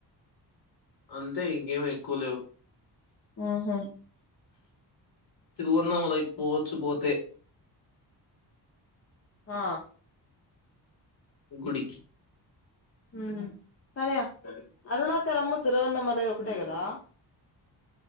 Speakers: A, on the left; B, on the left.
A: అంతే ఇంగేమి ఎక్కువ లేవ్
B: ఊహు
A: తిరువన్నామలైకి పోవచ్చు పోతే
B: ఆ
A: గుడికి
B: ఉమ్ హారేయా అరుణాచలము, తిరువన్నామలై ఒకటే కదా?